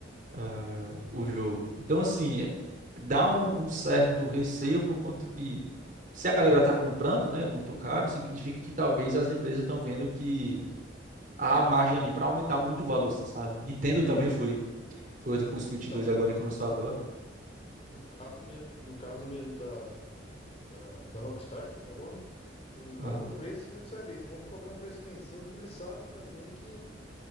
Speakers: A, on the right; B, on the left.
A: ah, o jogo. Então, assim, é, dá um, um certo receio por conta que se a galera tá comprando, né, muito caro, significa que talvez as empresas estão vendo que há margem ali pra aumentar muito o valor, assim, sabe? Nintendo
B: Sim.
A: também foi. Foi outra com o Switch
B: Então,
A: dois
B: no,
A: agora
B: ca...
A: que lançou agora.
B: no caso mesmo, no caso mesmo da, da, da Rockstar que você falou, né? Os- Vão,
A: agora.
B: o preço mesmo você vê, eles vão colocar um preço lá em cima, porque eles sabem também que,